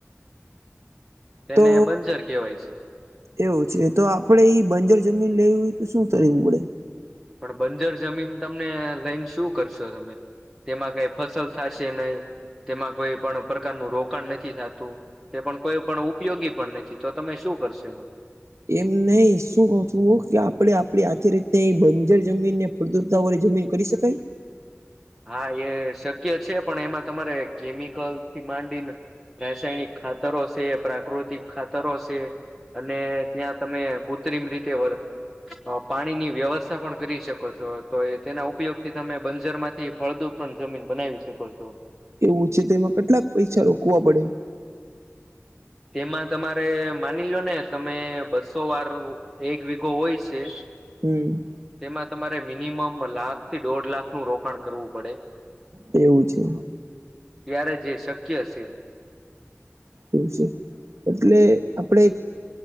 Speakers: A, in the centre; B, on the right.
A: તેને
B: તો
A: બંજર કહેવાય છે.
B: એવું છે તો આપડે ઈ બંજર જમીન લેવી હોય તો શું કરવું પડે?
A: પણ બંજર જમીન તમને લઈને શું કરશો તમે. તેમાં કઈ ફસલ થશે નહી તેમાં કઈ પણ પ્રકારનું રોકાણ નથી થતું. તે પણ કોઈ પણ ઉપયોગી પણ નથી તો તમે શું કરશો એમા?
B: એમ નહી શું કઉ છું હું કે આપડે આપડી આથી રીતના એ બંજર જમીનને. ફળદ્રપતા વડે જમીન કરી શકાય.
A: હા એ શક્ય છે પણ એમાં તમારે કેમિકલ થી માંડીને. રાસાયણિક ખાતરો છે પ્રાકૃતિક ખાતરો છે. અને ત્યાં તમે કૃત્રિમ રીતે વર પાણીની વ્યવસ્થા પણ કરી શકો છો તો એ તેના ઉપયોગ થી તમે બંજરમાં. થી ફળદો ઉપ જમીન બનાવી શકો છો.
B: એવું છે તો એમાં કેટલાક પૈસા રોકવા પડે?
A: તેમાં તમારે માની લો ને તમે બસો વાર એક વીઘો હોય છે.
B: હમ.
A: તેમાં તમારે મિનિમમ લાખ થી દોઢ લાખનું રોકાણ કરવું પડે.
B: એવું છે.
A: ત્યારે જ એ શક્ય છે.
B: એવું છે એટલે આપડે